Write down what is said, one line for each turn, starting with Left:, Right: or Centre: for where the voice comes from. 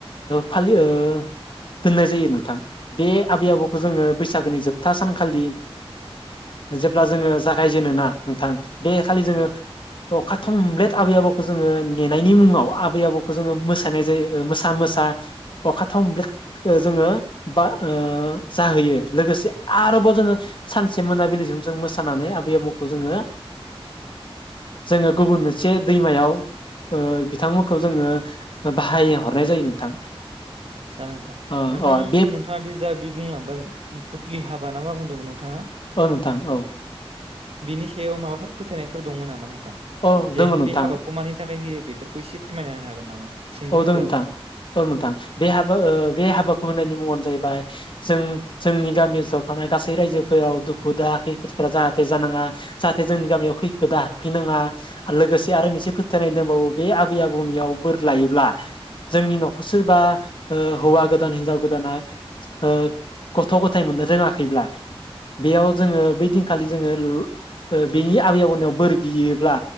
Left: फालियो ओ दोननाय जायो नोंथां बे आबै आबौखौ जोङो बैसागोनि जोबथा सानखालि जेब्ला जोङो जागायजेनो ना नोंथां बे खालि जोङो
Right: औ
Left: खा थमब्लेद आबै आबौखौ जोङो नेनायनि मुङाव आबै आबौखौ जोङो मोसानाय जायो मोसा मोसा अखा थब्लेद जोङो बा जाहोयो लोगोसे आरोबाव जोङो सानसे मोनाबिलिसिम जों मोसानानै आबै आबौखौ जोङो जोङो ओ गुबुन मोनसे दैमायाव बिथांमोनखौ जोङो बाहायहरनाय जायो नोंथां
Right: आदसा नोंथां
Left: अ
Right: नोंथां
Left: अ बे
Right: नोंथाङा दि जा बि बुंलांबाय फुथलि हाबा ना मा बुंदोंमोन नोंथाङा
Left: औ नोंथां औ
Right: बिनि सायाव माबाफोर फोथायनायफोर दङ नामा?
Left: औ
Right: जे
Left: दोङो नोंथां
Right: बे हाबाखौ मानि थाखाय होयो बेफोरखौ इसे फोरमायना होनो हागोन नामा सुंद'योब्लाबो
Left: औ दं नोंथां औ नोंथां बे हाबा ओ बे हाबाखौ होनना जाबाय जों जोंनि गामि ओनसोलाव थानाय गासै रायजोफोराव दुखु दाहा खैफोदफोरा जाहाथे जानाङा जाहाथे जोंनि गामियाव खैफोदा हाबफैनाङा लोगोसे आरो मोनसे फोथायनाय दंबावो बे आबै आबौनियाव बोर लायोब्ला जोंनि न'खर सोरबा हौवा गोदान हिनजाव गोदाना ओ गथ' गथाय मोननो रोङाखैब्ला
Right: औ
Left: बेयाव जोङो बै खालि जोङो बेनि आबै आबौनायाव बोर बियोब्ला